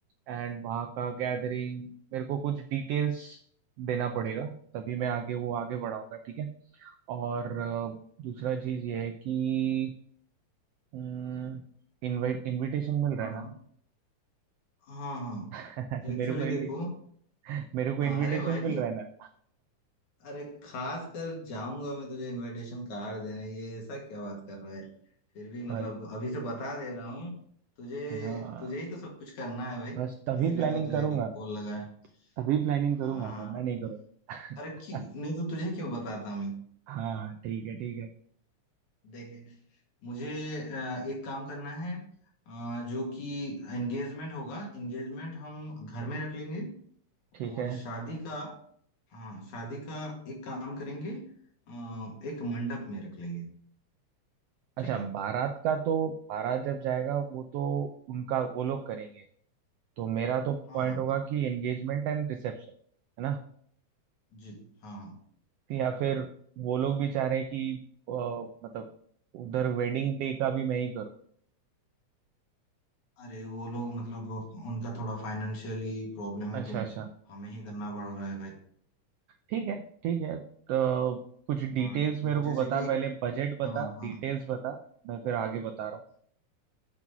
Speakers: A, on the right; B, on the left.
A: एंड वहाँ का गैदरिंग मेरे को कुछ डिटेल्स देना पड़ेगा तभी मैं आगे वो आगे बढ़ाऊंगा ठीक है और अ, दूसरा चीज़ ये है कि हम्म, इनवाइट इनविटेशन मिल
B: हाँ
A: रहा है
B: हाँ हाँ हाँ
A: ना <laughs>
B: एक्चुअली
A: मेरे को इनवि-
B: देखो
A: मेरे को
B: हाँ
A: इनविटेशन
B: अरे भाई
A: मिल रहा है
B: अरे खास कर जाऊंगा मैं तुझे इनविटेशन कार्ड देने ये ऐसा क्या बात कर रहा है फिर भी मतलब
A: ना
B: अभी से बता दे रहा हूँ तुझे
A: हाँ
B: तुझे ही तो सब कुछ करना है भाई
A: बस तभी
B: इसीलिए
A: प्लानिंग
B: तो तुझे
A: करूंगा
B: कॉल लगा है
A: तभी प्लानिंग
B: हाँ
A: करूंगा
B: हाँ
A: वरना नहीं करूंगा
B: अरे क्यों
A: <laughs>
B: नहीं तो तुझे क्यों बताता मैं
A: हाँ ठीक है ठीक है
B: देख मुझे अ, एक काम करना है अ, जो कि एंगेजमेंट होगा एंगेजमेंट हम घर में रख लेंगे
A: ठीक
B: और
A: है
B: शादी का हाँ शादी का एक काम करेंगे अ, एक मंडप में रख लेंगे
A: अच्छा
B: ठीक है
A: बारात का तो बारात जब जाएगा वो तो उनका वो लोग करेंगे तो मेरा तो
B: हाँ
A: पॉइंट
B: हाँ हाँ,
A: होगा कि एंगेजमेंट एंड रिसेप्शन है ना
B: जी हाँ हाँ
A: या फिर वो लोग भी चाह रहे हैं कि अ, मतलब उधर वेडिंग डे का भी मैं ही करूँ
B: अरे वो लोग मतलब उनका थोड़ा फाइनेंशियली प्रॉब्लम
A: अच्छा
B: है तो
A: अच्छा
B: हमें ही करना पड़ रहा है भाई
A: ठीक है ठीक है तो कुछ डिटेल्स
B: हाँ तो
A: मेरे को
B: जैसे
A: बता
B: कि
A: पहले बजट बता
B: हाँ हाँ
A: डिटेल्स बता मैं फिर आगे बता रहा